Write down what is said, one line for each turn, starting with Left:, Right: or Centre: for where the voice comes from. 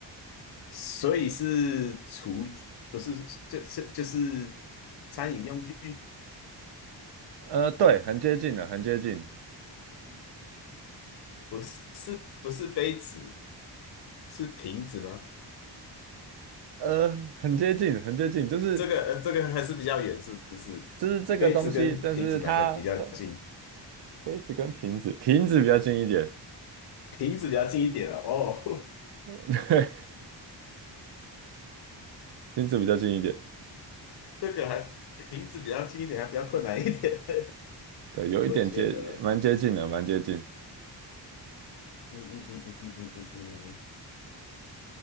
Left: 所以是厨具，不是，就是就是餐饮用具，
Right: 呃，对，很接近了，很接近，
Left: 不是，是不是杯子？是瓶子吗？
Right: 呃，很接近，很接近，就是
Left: 这个、呃这个还是比较远，是不是？
Right: 就是这个东西，
Left: 杯子跟瓶子哪个比较近？
Right: 但是它它杯子跟瓶子，瓶子比较近一点，
Left: 瓶子比较近一点啊。哦，
Right: <laughs> 对，瓶子比较近一点，
Left: <laughs> 这个还瓶子比较近一点，还比较困难一点，
Right: 对，
Left: <laughs>
Right: 有一点接，
Left: 我觉得。
Right: 蛮接近的，蛮接近，
Left: 嗯嗯嗯嗯嗯嗯嗯嗯，